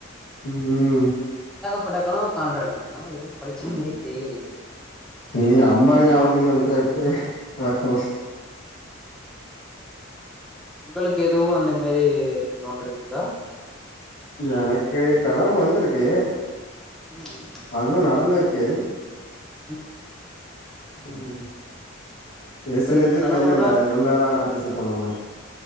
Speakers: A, on the left; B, in the centre.
A: ம்
B: ப்பட்ட கனவு காண்றனே ஆனா எதும் பழுச்ச மாரியே தெரியலையே
A: நீங்க அம்பானி ஆவுனுன்
B: ஒ
A: நெனச்சா எப்டி நடக்கு
B: உங்களுக்கு எதுவு அந்த மாரி தோன்றிருக்குதா?
A: எனக்கு கனவு வந்துருக்கு
B: ம்
A: அதுவு நடந்து இருக்கு
B: ம்
A: ம் பேசுனதே
B: உங்களுக்கு கனவுலனா
A: தெர்லல இவ்ளோ நேரோ ஆனா பேசிட்டோ நம்ம